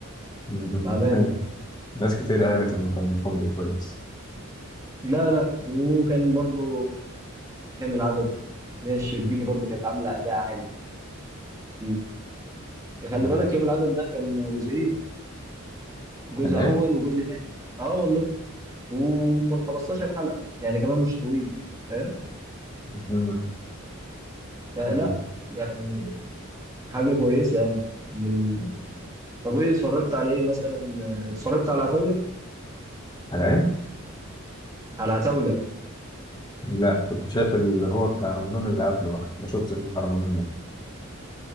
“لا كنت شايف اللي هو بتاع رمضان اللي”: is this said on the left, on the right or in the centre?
Left